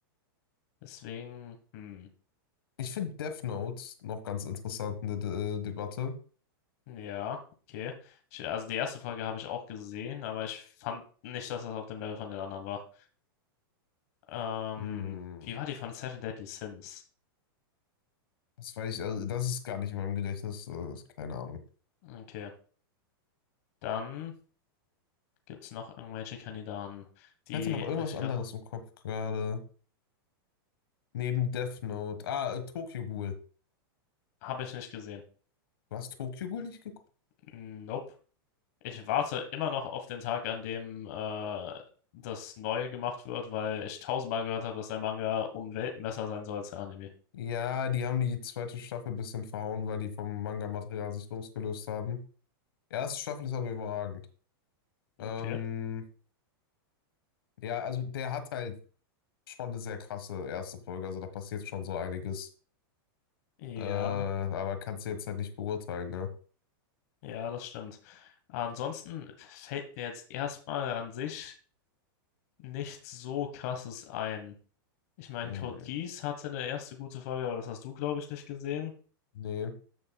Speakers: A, on the left; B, on the left.
A: Deswegen, hm,
B: Ich finde Death Note noch ganz interessant in der De Debatte.
A: ja, okay. Ich, also die erste Folge habe ich auch gesehen, aber ich fand nicht, dass das auf dem Level von den anderen war. Ähm,
B: Hm,
A: wie war die von Seven Deadly Sins?
B: das weiß ich, also das ist gar nicht in meinem Gedächtnis, äh, keine Ahnung.
A: Okay. Dann gibt es noch irgendwelche Kandidaten, die
B: Ich hatte noch
A: richtig
B: irgendwas anderes
A: krass sind.
B: im Kopf gerade. Neben Death Note. Ah, äh, Tokyo Ghoul.
A: Habe ich nicht gesehen.
B: Du hast Tokyo Ghoul nicht geguckt?
A: Nope. Ich warte immer noch auf den Tag, an dem äh, das Neue gemacht wird, weil ich tausendmal gehört habe, dass der Manga um Welten besser sein soll als der Anime.
B: Ja, die haben die zweite Staffel ein bisschen verhauen, weil die vom Manga-Material sich losgelöst haben. Erste Staffel ist aber überragend. Ähm,
A: Okay.
B: ja, also der hat halt schon eine sehr krasse erste Folge, also da passiert schon so einiges.
A: Ja.
B: Äh, aber kannst du jetzt halt nicht beurteilen, ne?
A: Ja, das stimmt. Ansonsten fällt mir jetzt erstmal an sich nichts so Krasses ein. Ich meine,
B: Hm,
A: Code Geass hatte eine erste gute Folge, aber das hast du, glaube ich, nicht gesehen.
B: nee.